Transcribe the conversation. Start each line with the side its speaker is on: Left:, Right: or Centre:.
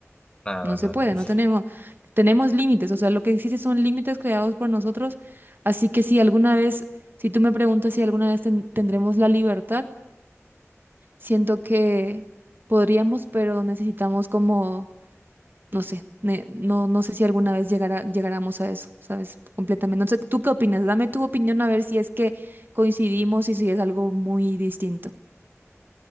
Left: No,
Right: No
Left: no.
Right: se puede,
Left: <laughs>
Right: no tenemos, tenemos límites. O sea, lo que existe son límites creados por nosotros. Así que si alguna vez, si tú me preguntas si alguna vez ten- tendremos la libertad, siento que podríamos, pero necesitamos como no sé, ne- no, no sé si alguna vez llegara, llegáramos a eso, ¿sabes? Completamente. No sé, ¿tú qué opinas? Dame tu opinión a ver si es que coincidimos y si es algo muy distinto.